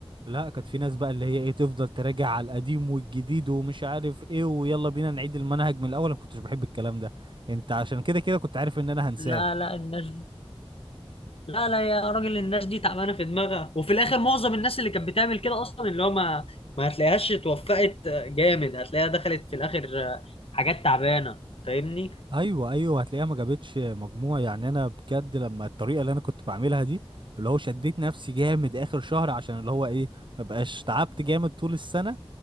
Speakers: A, on the right; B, on the left.
A: لا كانت في ناس بقى اللي هي ايه تفضل تراجع على القديم والجديد ومش عارف ايه ويلا بينا نعيد المنهج من الاول انا ما كنتش بحب الكلام ده انت عشان كده كده كنت عارف ان انا هنساه
B: لا لا الناس لا لا يا راجل الناس دي تعبانه في دماغها وفي الاخر معظم الناس اللي كانت بتعمل كده اصلا اللي هو ما ما هتلاقيهاش اتوفقت آه، جامد هتلاقيها دخلت في الاخر آه، حاجات تعبانه فاهمني
A: ايوه ايوه هتلاقيها ما جابتش مجموع يعني انا بجد لما الطريقه اللي انا كنت بعملها دي اللي هو شديت نفسي جامد اخر شهر عشان اللي هو ايه ما بقاش تعبت جامد طول السنه